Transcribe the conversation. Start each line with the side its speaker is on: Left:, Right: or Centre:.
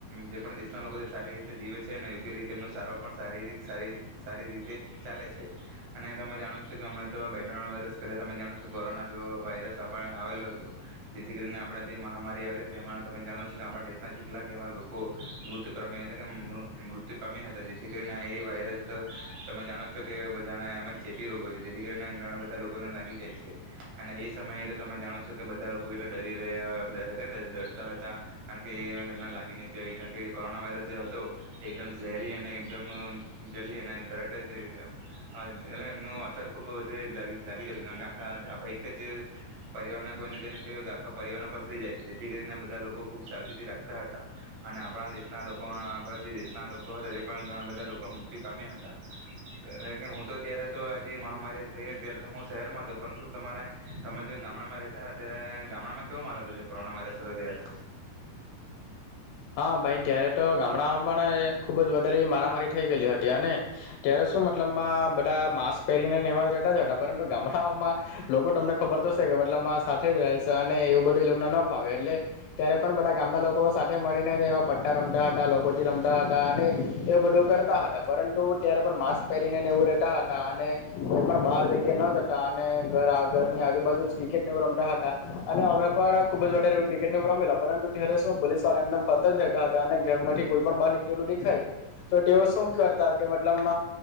Right: જે પણ દેશના લોકો સારી રીતે જીવે છે અને યોગ્ય રીતે એમનો સારવાો પણ શારીરિક સારી સારી રીતે ચાલે છે અને તમે જાણો છ કે હમણાં તો બે ત્રણ વર્ષ પહેલા તમે જાણો છો કોરોના જો વાયરસ. જેથી કરીને આપણા જે મહામારી આવેલી તેમાં તમે જાણો છો કે આપણા દેશના કેટલાક એવા લોકો મૃત્યુ પામ એટલે મૃત્યુ પામ્યા હતા જેથી કરીને એ વાયરસ તમે જાણો છો કે બધાના એમાં ચેપી રોગ હો છે જેથી કરીને ઘણા બધા લોકોને લાગી જાય છે અને. સમયે તો તમે જાણો છો કે બધા લોકો એટલા ડરી રહ્યા ડરતા હતા કારણ કે એ એમને લાગીને જાય કારણ કે કોરોના વાયરસ જે હતો તે એકદમ ઝેરી અને એકદમ જલ્દી અને તરત જ એટ એમનું અસર ખૂબ વધુ લાગી જતી કારણ કે આખા આપ એક જ. પરિવારના કોઈનેને થ આખા પરિવારના પસરી જાય છે જેથી કરીને બધા લોકો ખૂબ સાવચેતી રાખતા હતા અને આપણા દેશના લોકો આપણા જે દેશના લોકો હતા તે પણ ઘણા બધા લોકો મૃત્યુ પામ્યા હતા એટલે કે હું તો ત્યારે તો આ જે મહામારી થઈ ત્યારે તો હું શહેરમાં હતો પરંતુ તમારા. તમે જે ગામડામાં રતા હતા ત્યારે ગામડામાં કેવો માર હતો કોરોના વાયરસ હતો ત્યારે.
Left: હા ભાઈ ત્યારે તો ગામડામાં પણ ખુબ જ વધારે મારામારી થઈ ગયેલી હતી અને ત્યારે શું મતલબમાં બધા માસ્ક પહેરીનેવા રહેતા જ હતા પરંતુ ગામડાઓમાં લોકો તમને ખબર તોશે કે મતલબ સાથે જ રહે છે અને એવું બધુંને ન ફાવે એટલે ત્યારે પણ બધા ગામના લોકો. એવા પટ્ટા રમતા હતા લોકોજી રમતા હતા અને એવું બધું કરતા હતા પરંતુ ત્યારે પણ માસ્ક પહેરીને ને એવું રતા હતા અને કોઈ પણ બહાર જગ્યા ન જતા અને ઘર આ ઘરની આજુબાજુ જ ક્રિકેટ ને એવું રમતા હતા અને અમે પણ ખુબ જારે એવું ક્રિકેટ નેવું રમેલા પરંતુ ત્યારે શું પોલીસ. પણ એમને ફરતા જ રહેતા હતા અને ઘર માંથી કોઈ પણ બહાર નીકળેલું દેખાય તો તેઓ શું કરતા કે મતલબ